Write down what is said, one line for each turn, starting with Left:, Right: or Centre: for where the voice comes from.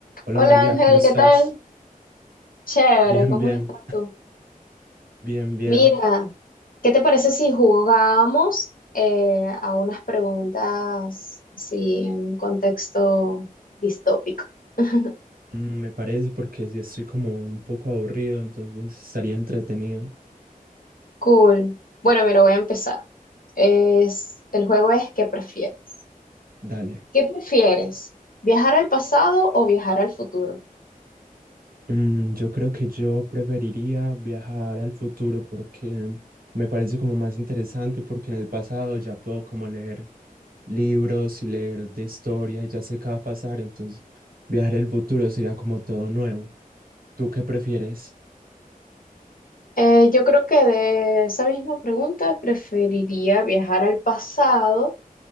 Right: Hola
Left: Hola
Right: María,
Left: Ángel,
Right: ¿cómo estás?
Left: ¿qué tal? Chévere,
Right: <laughs> Bien,
Left: ¿cómo
Right: bien,
Left: estás tú?
Right: bien, bien.
Left: Mira, ¿qué te parece si jugamos eh, a unas preguntas así en un contexto distópico? <laughs>
Right: Mm, me parece porque sí estoy como un poco aburrido, entonces estaría entretenido.
Left: Cool. Bueno, mira, voy a empezar. Es, el juego es ¿qué prefieres?
Right: Dale.
Left: ¿Qué prefieres? ¿Viajar al pasado o viajar al futuro?
Right: Mm, yo creo que yo preferiría viajar al futuro porque me parece como más interesante porque en el pasado ya puedo como leer libros y leer de historia y ya sé qué va a pasar, entonces viajar al futuro sería como todo nuevo. ¿Tú qué prefieres?
Left: Eh, yo creo que de esa misma pregunta preferiría viajar al pasado